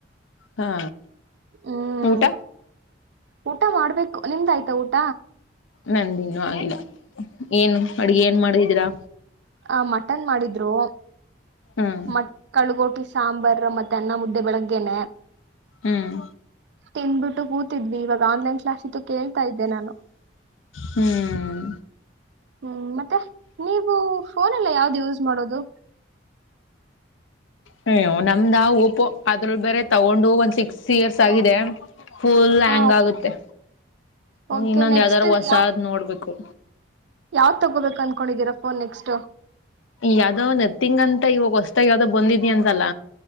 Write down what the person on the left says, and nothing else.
ಹಾ
ಊಟ
ನಂದಿನ್ನುೂ ಆಗಿಲ್ಲ ಏನು ಅಡ್ಗೆ ಏನ್ ಮಾಡಿದೀರಾ
ಹ್ಮ್
ಹ್ಮ್
ಹ್ಮ್
ಹ ನಮ್ದಾ ಓಪೋ ಅದ್ರ ಬೇರೆ ತಗೊಂಡು ಒಂದ್ ಸಿಕ್ಸ್ ಸೀಯರ್ಸ್ ಆಗಿದೆ ಫುಲ್
ಆ್ಯಾಂಗ್ ಆಗುತ್ತೆ
ಇನ್ನೊಂದ
ಯಾವ್ದಾರೂ ಹೊಸಾದ್
ನೋಡ್ಬೇಕು
ಯಾವ್ದೋ ನೆರ್ತಿಂಗ ಅಂತ ಇವಾಗ ಹೊಸ್ತಾಗ ಯಾವ್ದೋ್ ಬಂದಿದಿ ಅಂತಲ್ಲ